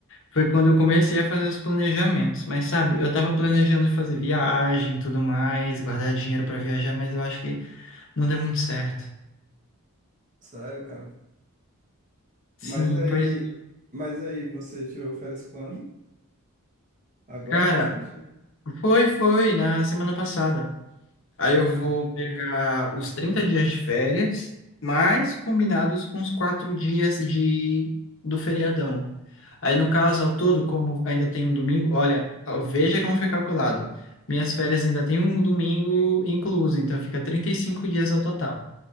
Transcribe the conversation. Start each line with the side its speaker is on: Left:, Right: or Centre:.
Left: Foi quando eu comecei a fazer os planejamentos. Mas sabe, eu tava planejando fazer viagem e tudo mais, guardar dinheiro para viajar, mas eu acho que não deu muito certo.
Right: Sério, cara.
Left: Sim,
Right: Mas aí...
Left: pois,
Right: Mas aí, você tirou férias quando? Agora,
Left: cara,
Right: recente?
Left: foi, foi, na semana passada. Aí
Right: Ah,
Left: eu vou
Right: tá.
Left: pegar os 30 dias de férias, mais combinados com os quatro dias de do feriadão. Aí, no caso, ao todo, como ainda tem um domingo, olha, veja como foi calculado. Minhas férias ainda tem um domingo incluso, então fica 35 dias ao total.